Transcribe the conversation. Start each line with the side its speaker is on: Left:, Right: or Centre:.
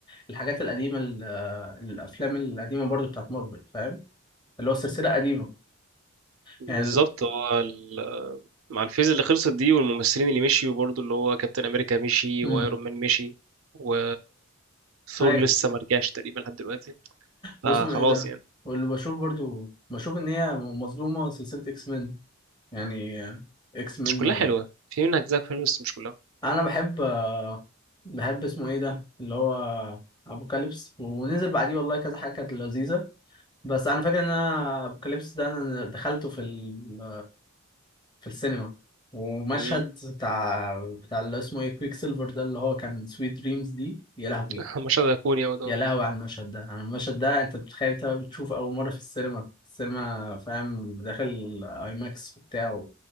Left: الحاجات القديمة ال- آه، الأفلام القديمة برضو بتاعت مارفل فاهم اللي هو سلسلة قديمة
Right: بالظبط
Left: يعني ال-
Right: هو ال- مع الفيز اللي خلصت دي والممثلين اللي مشيوا برضه اللي هو كابتن امريكا مشي
Left: مم.
Right: وايرون مان مشي و ثور
Left: ايوه
Right: لسه ما رجعش تقريبا لحد دلوقتي فخلاص
Left: واسمه ايه ده
Right: يعني
Left: واللي بشوف برضو بشوف ان هي مظلومة سلسلة اكس مين يعني اكس مين
Right: مش كلها
Left: و...
Right: حلوه في منها اجزاء حلوه بس مش كلها
Left: انا بحب بحب اسمه ايه ده اللي هو ابوكاليبس ونزل بعديه والله كذا حاجة كانت لذيذة بس انا فاكر ان انا ابوكاليبس ده انا دخلته في ال... في السينما ومشهد
Right: مم.
Left: بتاع بتاع اللي اسمه ايه كويك سيلفر ده اللي هو كان سويت دريمز دي يا لهوي
Right: <laughs> مشهد ايقوني اوي طبعا
Left: يا لهوي على المشهد ده على المشهد ده انت بتخيل انت بقى بتشوف اول مره في السينما السينما فاهم داخل اي ماكس وبتاع